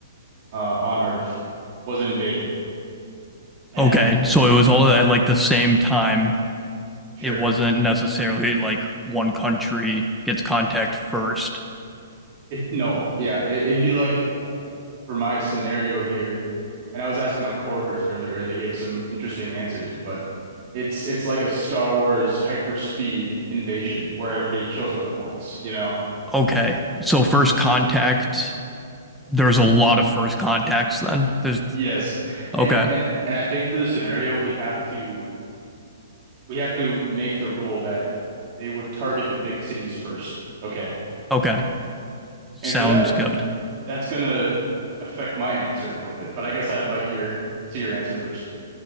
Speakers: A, on the right; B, in the centre.
A: uh, on Earth was invaded, and
B: Okay. So it was all at like the same time.
A: sure,
B: It wasn't necessarily like one country gets contact first.
A: it no, yeah, it, it'd be like uh, for my scenario here, and I was asking my coworkers earlier, they gave some interesting answers, but it's it's like a Star Wars hyperspeed invasion where everybody shows up at once, you know?
B: Okay. So first contact, there's a lot of first contacts then. There's
A: Yes, and
B: okay.
A: and and I think for the scenario we have to. we have to make the rule that they would target the big cities first. Okay.
B: Okay. Sounds
A: And so that
B: good.
A: that's gonna affect my answer a little bit, but I guess I'd like your see your answer first.